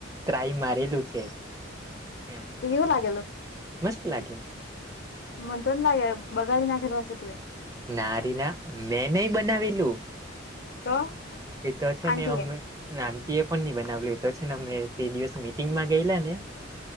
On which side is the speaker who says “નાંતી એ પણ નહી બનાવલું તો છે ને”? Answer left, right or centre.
Right